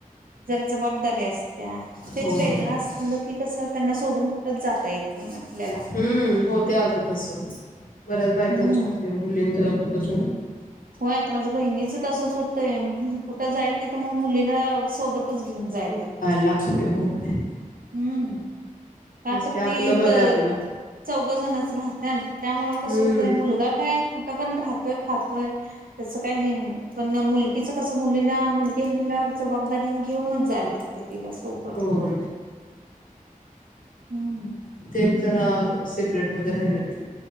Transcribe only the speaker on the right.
जर जबाबदारी अस त्या तेच
वेगळं असलं की कसं त्यांना सोडून कुठच जाता येत नाही आपल्याला
हम्म.
होय आता माझ्या बहिणीच तसच होतं कुठं जाईल तिथं मग मुलीला सोबतच घेऊन जायला लागते
हम्म त्यात
त इथ
चौघ जणच राहत त्यामु कसं
होतंय मुलगा काय कुठं पण राहतोय खातोय त्यासं काही हे नाही पण मुलगीचं कसं मुलीला मुलगी ह म्हणल्यावर जबाबदारी घेऊनच जायला लागते तिला सोबत
हम्म